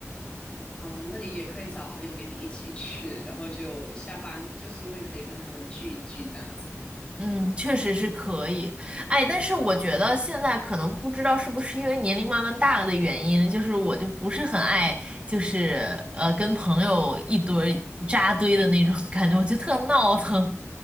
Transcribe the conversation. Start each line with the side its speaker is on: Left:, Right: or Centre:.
Left: 哦，那你也可以找朋友跟你一起去，然后就下班就顺便可以跟他们聚一聚这样子
Right: 嗯，确实是可以，哎，但是我觉得现在可能不知道是不是因为年龄慢慢大了的原因，就是我就不是很爱，就是呃跟朋友一堆儿扎堆的那种 <laughs> 感觉，我觉得特闹腾。